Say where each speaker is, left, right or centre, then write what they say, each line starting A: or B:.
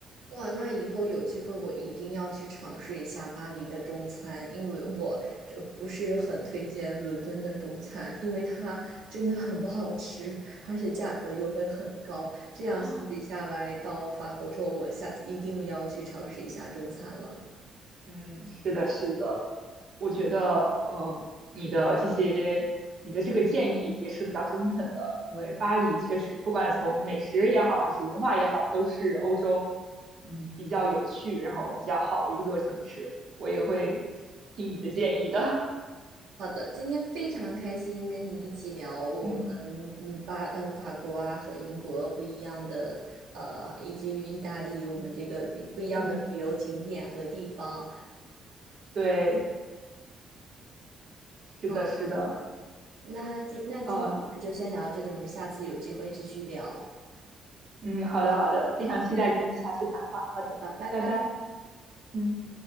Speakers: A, on the right; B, on the right.
A: 哇，那以后有机会我一定要去尝试一下巴黎的中餐，因为我这不是很推荐伦敦的中餐，因为它真的很不好吃，而且价格又会很高。这样相比下来，
B: <laughs>
A: 到法国之后，我下次一定要去尝试一下中餐了。
B: 嗯，是的，是的，我觉得呃，你的这些，你的这个建议也是比较中肯的，因为巴黎确实不管从美食也好，还是文化也好，都是欧洲嗯比较有趣，然后比较好的一座城市。我也会听你的建议的。
A: 好的，今天非常开心跟你一起聊我们
B: <laughs> 嗯
A: 嗯巴呃法国啊和英国不一样的呃以及意大利我们这个旅不一样的旅游景点和地方。
B: 嗯，对，是的，
A: 啊。
B: 是的，
A: 那今那今天我们就先聊到这里，
B: 呃，
A: 我们下次有机会继续聊。好
B: 嗯，好的，好的，非常期待跟你下次谈话。好的，
A: 的，拜拜。
B: 拜拜。嗯。